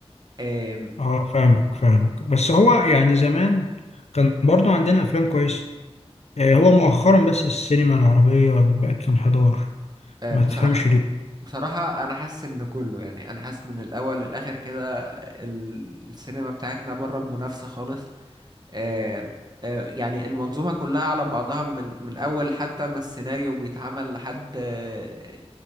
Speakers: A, on the right (about 40°); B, on the left (about 85°).
A: آم،
B: اه فاهمك فاهمك بس هو يعني زمان كان برضو عندنا افلام كويسه آه هو مؤخرا بس السينما العربيه بقت في انحدار
A: آه،
B: ما
A: بصراحة
B: تفهمش
A: كله
B: ليه
A: بصراحة أنا حاسس إن كله يعني أنا حاسس من الأول للآخر كده السينما بتاعتنا بره المنافسة خالص آه، آه، يعني المنظومة كلها على بعضها من من أول حتى ما السيناريو بيتعمل لحد آه،